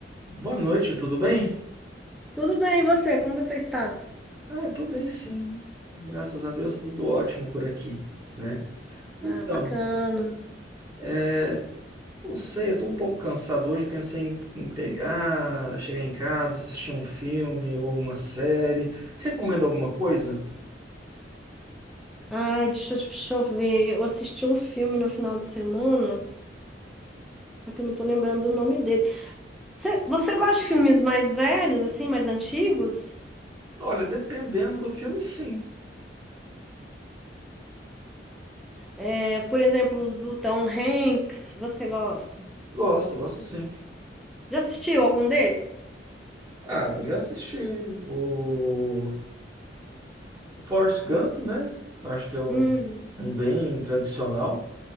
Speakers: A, on the right (about 20°); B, in the centre.
A: Boa noite, tudo bem?
B: Tudo bem, e você? Como você está?
A: Ah, eu tô bem, sim. Graças a Deus, tá tudo ótimo por aqui, né? Então,
B: Ah, bacana.
A: é, não sei, eu tô um pouco cansado hoje, pensei em, em pegar, chegar em casa, assistir um filme ou alguma série. Recomendo alguma coisa?
B: Ai, deixa eu, deixa eu ver. Eu assisti um filme no final de semana, só que eu não tô lembrando o nome dele. Você, você gosta de filmes mais velhos, assim, mais antigos?
A: Olha, dependendo do filme, sim.
B: É, por exemplo, os do Tom Hanks, você gosta?
A: Gosto, gosto sim.
B: Já assistiu algum dele?
A: Ah, já assisti o Forrest Gump, né? Acho que é um,
B: Hum,
A: um bem tradicional,